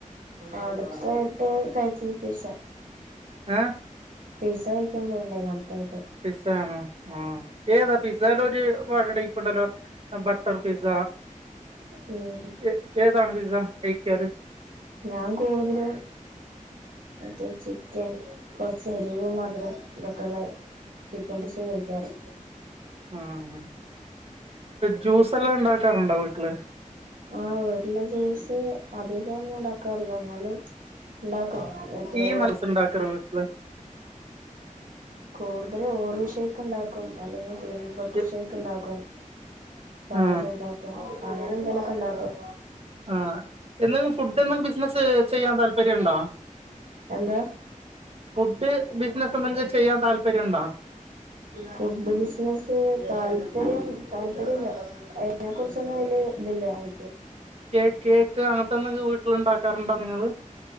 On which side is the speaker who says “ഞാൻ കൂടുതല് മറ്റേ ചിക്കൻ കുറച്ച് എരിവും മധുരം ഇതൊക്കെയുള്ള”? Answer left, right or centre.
Right